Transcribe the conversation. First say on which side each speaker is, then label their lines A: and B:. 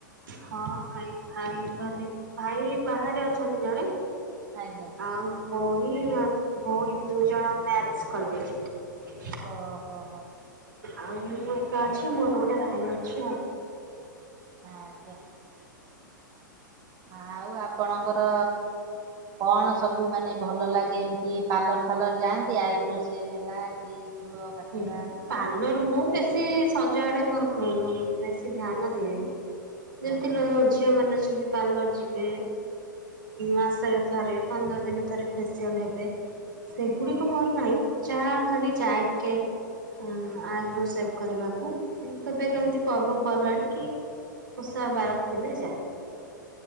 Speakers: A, on the right; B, on the right.
A: ହଁ ଭାଇ ଭାଇ ମାନେ ଭାଇ ବାହାରେ ଅଛନ୍ତି ଜଣେ
B: ଆଜ୍ଞା।
A: ଆଉ ଭଉଣୀ ଭଉଣୀ ଦୁଇ ଜଣ ମ୍ୟାରେଜ କରିଯାଇଚନ୍ତି।
B: ହ ହୋ ହୋ।
A: ଆଉ ମୁଁ ଏକା ଅଛି, ମୋର ଗୋଟେ ଭାଇ ଅଛି ଆଉ।
B: ଆଜ୍ଞା। ଆଉ ଆପଣଙ୍କର କଣ ସବୁ ମାନେ ଭଲ ଲାଗେ ଏମତି ପାର୍ଲର ଫାର୍ଲର ଯାଆନ୍ତି ଆଇବ୍ରୋ ସେଭେ ହେଲା କି ଚୂଳ କାଟିବା
A: ହୁ ପାର୍ଲର ମୁଁ ବେଶି ସଜଆଡେ ମୋର ବେ ବେଶୀ ଧ୍ୟାନ ଦିଏନି ଯେମତି
B: ଆଜ୍ଞା।
A: ଲୋ ଝିଅ ମାନେ ଅଛ ଦି ପାର୍ଲର ଯିବେ ମାସରେ ଥରେ ପନ୍ଦର ଦିନ ଥରେ ଫେସିଆଲ ହେବେ ସେଗୁଡିକ ମୋର ନାହିଁ, ମୁଁ ଯାହା ଖାଲି ଯାଏ ଟିକେ ହଁ ଆଇବ୍ରୋ ସେଭ କରିବାକୁ କେବେ କେମିତି ପର୍ବ ପର୍ବାଣୀ କି ଓଷାବାର ଥିଲେ ଯାଏ।